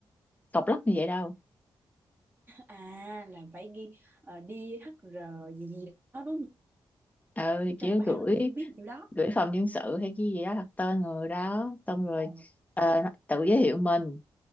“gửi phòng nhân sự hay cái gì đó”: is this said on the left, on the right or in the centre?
Left